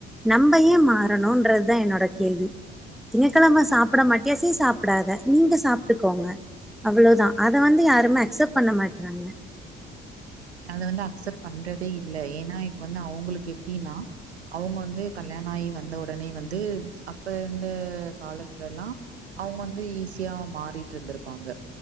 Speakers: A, in the centre; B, on the right.
A: நம்ப ஏ மாறணும்ன்றது தா என்னோட கேள்வி திங்ககெழம சாப்ட மாட்டியா செரி சாப்பிடாத நீங்க சாப்பிட்டுக்கோங்க அவ்வளவுதா அத வந்து யாருமே அக்செப்ட் பண்ண மாட்றாங்க
B: அத வந்து அக்சப்ட் பண்றதே இல்ல ஏன்னா இப்ப வந்து அவுங்களுக்கு எப்டின்னா அவுங்க வந்து கல்யாணோ ஆயி வந்த உடனே வந்து அப்ப இருந்த காலத்துல எல்லா அவுங்க வந்து ஈஸியா மாறி றிட்டு இருந்துருப்பாங்க